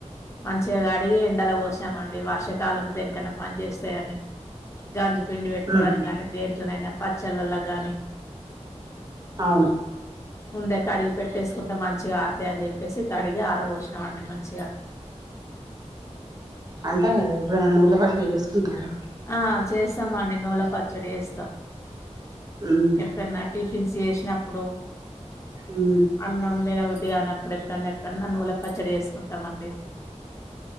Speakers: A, on the left (about 25°); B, on the right (about 35°).
A: మంచిగా కడిగి ఎండలో పోసామండి వర్షాకాలం దేనికన్నా పని చేస్తాయని గగాంజి పిండి పెట్టుకోవడానికి
B: ఉహు
A: కానీ దేండ్లనైనా పచ్చళ్ళలో గానీ
B: అవును
A: ముందే కడిగి పెట్టేసుకుంటే మంచిగా ఆరతాయ అని చెప్పేసి కడిగి ఆరబోసినామండి మంచిగా
B: అంటే ఇప్పుడు నవ్వులు పచ్చలు చేసుకుంటారా
A: ఆ చేస్తాంమండి నూల పచ్చడి చేస్తాం
B: ఉమ్
A: ఎప్పన్నా టిప్ ఫిస్ చేసినప్పుడు
B: ఉమ్
A: అన్నం న బుద్ధిగా అనప్పుడు ఎప్పుడనా ఎప్పుడనా నన్ను నూల పచ్చడి వేసుకుంటామండి